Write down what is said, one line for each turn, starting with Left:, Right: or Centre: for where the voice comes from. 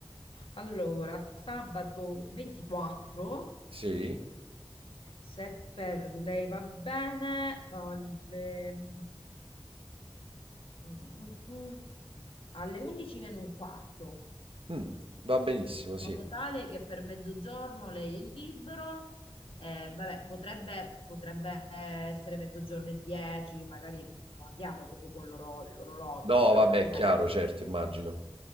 Left: Allora, sabato 24.
Right: Sì?
Left: Se per lei va bene, alle, mm, mm, mm, alle 11 meno un quarto,
Right: Mm, va benissimo,
Left: in
Right: sì.
Left: modo tale che per mezzogiorno lei è libero. Eh, vabbè, potrebbe, potrebbe essere mezzogiorno e 10, magari non andiamo proprio con l'oro- l'orologio,
Right: No,
Left: nel
Right: vabbè,
Left: senso
Right: è
Left: che,
Right: chiaro, certo, immagino.